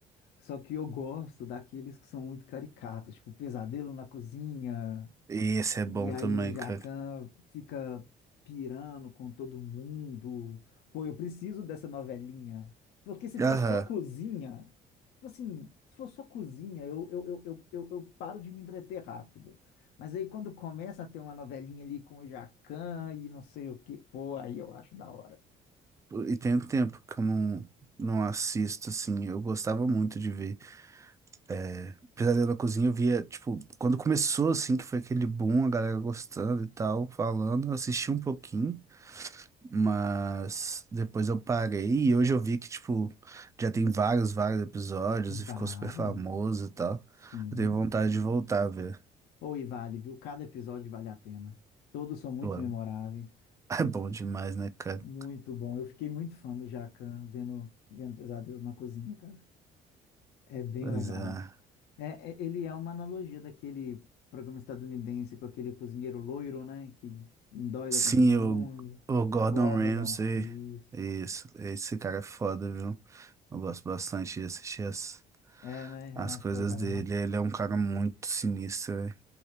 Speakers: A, on the left; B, on the right.
A: Só que eu gosto daqueles que são muito caricatos, tipo Pesadelo na Cozinha,
B: E esse é bom
A: e aí
B: também,
A: o Jacan
B: cara.
A: fica pirando com todo mundo. Pô, eu preciso dessa novelinha. Porque se
B: Aham.
A: for só cozinha, tipo assim, se for só cozinha, eu, eu, eu, eu, eu, eu paro de me entreter rápido. Mas aí quando começa a ter uma novelinha ali com o Jacan e não sei o quê, pô, aí eu acho da hora.
B: E tem um tempo que eu não, não assisto, assim. Eu gostava muito de ver. É, Pesadelo na Cozinha, eu via, tipo, quando começou, assim, que foi aquele boom, a galera gostando e tal, falando, eu assisti um pouquinho. Mas depois eu parei e hoje eu vi que, tipo, já tem vários, vários episódios
A: Vários.
B: e ficou super famoso e tal.
A: Sim.
B: Eu tenho vontade de voltar a ver.
A: Ou e vale, viu? Cada episódio vale a pena. Todos são muito
B: Pô, é
A: memoráveis.
B: <laughs> é bom demais, né, cara?
A: Muito bom. Eu fiquei muito fã do Jacan vendo, vendo Pesadelo na Cozinha, cara. É bem
B: Pois
A: legal.
B: é.
A: É, é- ele é uma analogia daquele programa estadunidense com aquele cozinheiro loiro, né? Que endoida
B: Sim,
A: com todo mundo.
B: o, o Gordon
A: Gordon.
B: Ramsay,
A: Isso.
B: isso, esse cara é foda, viu? Eu gosto bastante de assistir as,
A: É, né?
B: as
A: Eu acho
B: coisas
A: legal.
B: dele. Ele é um cara muito sinistro, né?